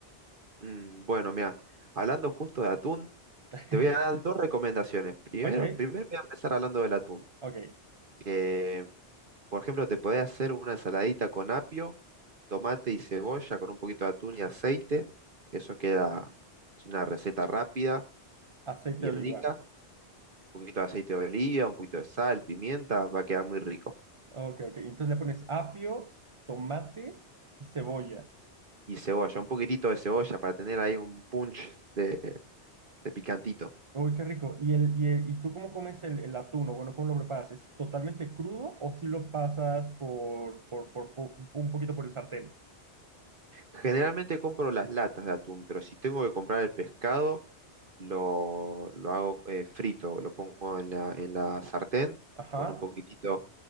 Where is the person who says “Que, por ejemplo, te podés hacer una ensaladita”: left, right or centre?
Right